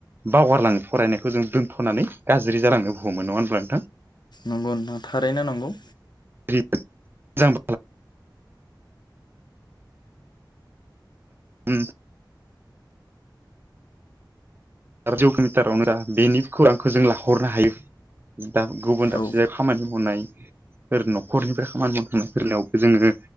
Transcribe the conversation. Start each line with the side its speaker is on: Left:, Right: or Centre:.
Right: बावगारलाङो फरायनायखौ जों दोन्थ'नानै गाज्रि जालांनो बुहोमोन नङा होनब्ला नोंथां
Left: नंगौ होनना थारैना नंगौ
Right: मोजां उ जौग मििटारावनो जा बेनिखौ आंखौ जों लाहरनो हायो दाब गुबुन दाबसेयाव
Left: औ
Right: खामानि मावनाय फोर न'खरनिफ्राय खामानि मावखांनाय फोरलायावबो जोङो